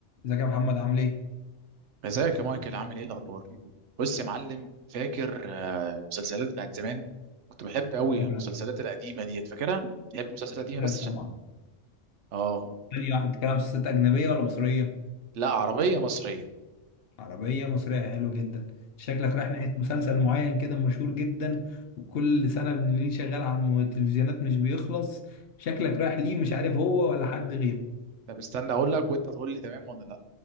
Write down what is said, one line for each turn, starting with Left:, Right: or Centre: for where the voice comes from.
Left: ازيك يا محمد عامل ايه؟
Right: ازيك يا مايكل عامل ايه الاخبار بص يا معلم فاكر آه، مسلسلات بتاعت زمان كنت بحب قوي
Left: كده
Right: المسلسلات القديمه ديت فاكرها بحب المسلسلات القديمه
Left: كده
Right: بس عشان
Left: طبعا
Right: اه
Left: تاني واحد بتتكلم عن مسلسلات أجنبية ولا مصرية؟
Right: لا عربيه مصريه
Left: عربية مصرية حلو جدا شكلك رايح ناحية مسلسل معين كده مشهور جدا وكل سنة ليه شغال على الم- التلفزيونات مش بيخلص شكلك رايح ليه مش عارف هو ولا حد غيره
Right: طب استنى اقول لك وانت تقول لي تمام ولا لا